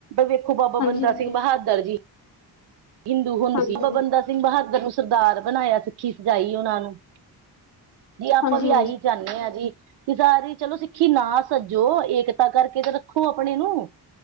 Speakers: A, on the right (about 75°); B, on the left (about 50°).
A: ਵੇਖੋ ਬਾਬਾ ਬੰਦਾ
B: ਹਾਂਜੀ। ਹਾਂਜੀ,
A: ਸਿੰਘ ਬਹਾਦਰ ਜੀ, ਹਿੰਦੂ
B: ਹਾਂਜੀ,
A: ਸੀ ਬਾਬਾ
B: ਹਾਂਜੀ, ਹਾਂਜੀ,
A: ਬੰਦਾ ਸਿੰਘ ਬਹਾਦਰ ਨੂੰ ਸਰਦਾਰ ਬਣਾਇਆ ਸਿੱਖੀ ਸਜਾਈ ਉਹਨਾਂ ਨੂੰ ਜੀ ਆਪਾਂ
B: ਹਾਂਜੀ,
A: ਵੀ ਆਹੀ ਚਾਹੁੰਦੇ ਹਾਂ ਜੀ ਕਿ ਸਾਰੀ ਚਲੋ ਸਿੱਖੀ ਨਾ ਸੱਜੋ ਏਕਤਾ ਕਰਕੇ ਤੇ ਰੱਖੋ ਆਪਣੇ ਨੂੰ